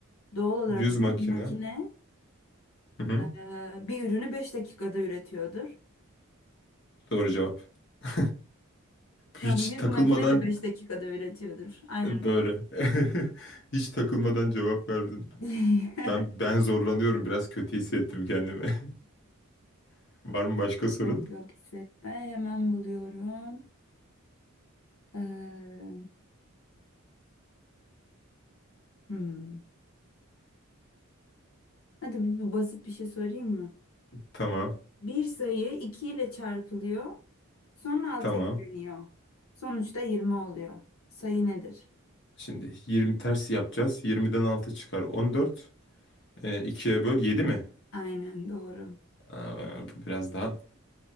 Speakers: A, on the left; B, on the left.
A: doğal olarak
B: 100 makina.
A: bir makine
B: Hı hı.
A: e, bir ürünü 5 dakikada üretiyordur.
B: Doğru cevap. <laughs>
A: Tam
B: Hiç
A: 100
B: takılmadan
A: makine de 5 dakikada üretiyordur. Aynen.
B: doğru. <laughs> Hiç takılmadan cevap verdin.
A: <laughs>
B: Ben ben zorlanıyorum biraz kötü hissettim kendimi. <laughs> Var mı başka sorun?
A: Yok yok hissetme. Hemen buluyorum. Ee, hmm. Hadi bir, bir basit bir şey sorayım mı?
B: Tamam.
A: Bir sayı 2 ile çarpılıyor. Sonra altı
B: Tamam.
A: ekleniyor. Sonuçta 20 oluyor. Sayı nedir?
B: Şimdi 20 ters yapacağız. 20'den 6 çıkar 14. Ee, 2'ye böl 7 mi?
A: Aynen doğru.
B: Aa, bu biraz daha